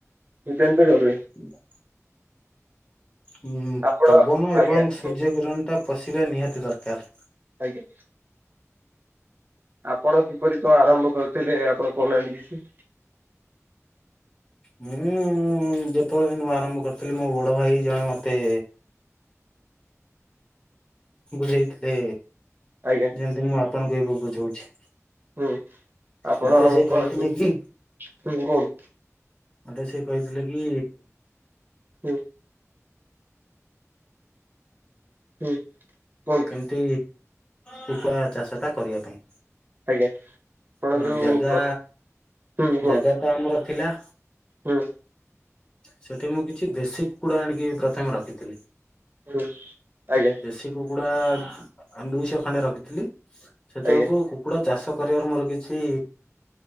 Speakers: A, on the right; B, on the left.
A: ନିତ୍ୟାନ୍ତ ଜରୁରୀ
B: <inaudible> ହୁଁ
A: ଆପଣ
B: ପବନ
A: ଆଜ୍ଞା
B: ଏବଂ ସୂର୍ଯ୍ୟ
A: ହୁଁ
B: କିରଣ ଟା ପଷିବା ନିହାତି ଦରକାର।
A: ଆଜ୍ଞା। ଆପଣ କିପରି କଣ ଆରମ୍ଭ କରିଥିଲେ ଆପଣ କହୁନାହାନ୍ତି କିଛି।
B: ମୁଁ ଯେତେବେଳେ ନୂଆ ଆରମ୍ଭ କରିଥିଲି ମୋ ବଡ ଭାଇ ଜଣେ ମତେ ବୁଝେଇଥିଲେ
A: ଆଜ୍ଞା
B: ଯେମତି ମୁଁ ଆପ ଆପଣଙ୍କୁ ଏବେ ବୁଝଉଛି।
A: ହୁଁ ଆପଣ
B: ମତେ ସେ
A: କୁହନ୍ତୁ
B: କହିଥିଲେ
A: ହୁଁ
B: କି
A: କୁହନ୍ତୁ।
B: ମତେ ସେ କହିଥିଲେ କି?
A: ହୁଁ। ହୁଁ କୁଅତୁ
B: ଏମତି କୁକୁଡ଼ା ଚାଷ ଟା କରିଆ ପାଇଁ।
A: ଆଜ୍ଞା ଆପଣ
B: ତ
A: ଯୋଉ
B: ଜାଗା
A: ହୁଁ କୁହନ୍ତୁ।
B: ଜାଗା ତ ଆମର ଥିଲା।
A: ହୁଁ।
B: ସେଠି ମୁଁ କିଛି ଦେଶୀ କୁକୁଡ଼ା ଆଣିକି ପ୍ରଥମେ ରଖିଥିଲି।
A: ଉଁ ହୁଁ ଆଜ୍ଞା।
B: ଦେଶୀ କୁକୁଡା ଆ ଦୁଇଶହ ଖଣ୍ଡେ ରଖିଥିଲି ସେତେବେଳକୁ
A: ଆଜ୍ଞା
B: କୁକୁଡ଼ା ଚାଷ କରିବାକୁ ମୋର କିଛି